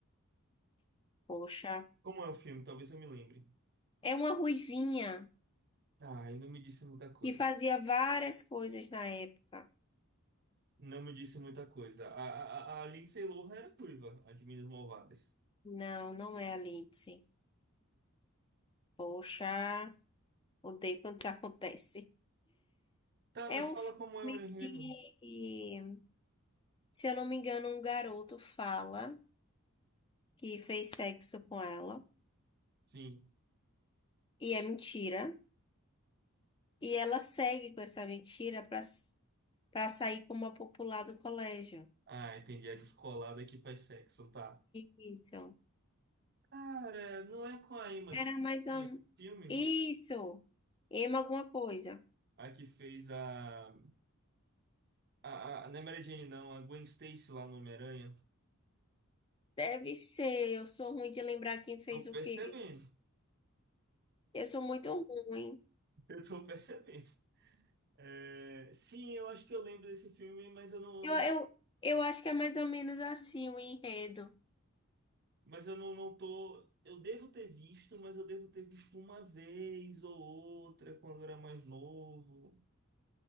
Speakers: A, on the left; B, on the right.
A: Poxa,
B: Como é o filme? Talvez eu me lembre.
A: é uma ruivinha
B: Ah, e não me disse muita coisa.
A: que fazia várias coisas na época.
B: Não me disse muita coisa. A, a, a a Lindsay Lohan era turva, a de Minas Malvadas.
A: Não, não é a Lindsay. Poxa, odeio quando isso acontece.
B: Tá,
A: É
B: mas
A: um
B: fala
A: filme
B: como é o enredo.
A: que Se eu não me engano, um garoto fala que fez sexo com ela
B: Sim.
A: e é mentira. E ela segue com essa mentira para para sair como a popular do colégio.
B: Ah, entendi. A descolada que faz sexo, tá.
A: Isso.
B: Cara, não é com a Emma
A: Era
B: Stone
A: mais um.
B: esse filme?
A: Isso. Emma alguma coisa.
B: A que fez a... A, a, não é Mary Jane, não. A Gwen Stacy lá no Homem-Aranha.
A: Deve ser. Eu sou ruim de lembrar quem fez
B: Tô
A: o
B: percebendo.
A: quê. Eu sou muito ruim.
B: <laughs> Eu tô percebendo. É, sim, eu acho que eu lembro desse filme, mas eu não,
A: Eu,
B: eu
A: eu,
B: não-
A: eu acho que é mais ou menos assim o enredo.
B: mas eu não, não tô. Eu devo ter visto, mas eu devo ter visto uma vez ou outra quando eu era mais novo.